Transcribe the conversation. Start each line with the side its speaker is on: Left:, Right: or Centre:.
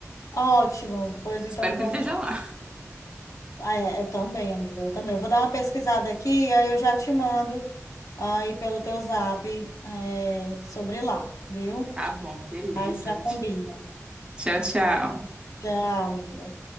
Left: Ótimo. Pois então
Right: Espero que
Left: vamos.
Right: ele esteja lá.
Left: Ah, É, eu também, amiga. Eu também. Eu vou dar uma pesquisada aqui, aí eu já te mando aí pelo teu zap, é, sobre lá, viu?
Right: Tá bom, beleza.
Left: A gente já combina.
Right: Tchau, tchau.
Left: Tchau, amiga.